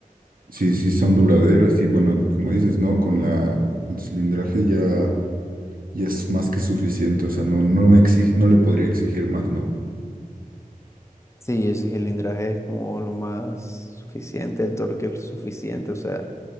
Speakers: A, on the right; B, on the left.
A: Sí, sí, son duraderas y bueno, como dices, ¿no? Con la, el cilindraje ya, ya es más que suficiente. O sea, no, no me exige, no le podría exigir más, ¿no?
B: Sí, ese cilindraje es como lo más suficiente, el torque es suficiente. O sea,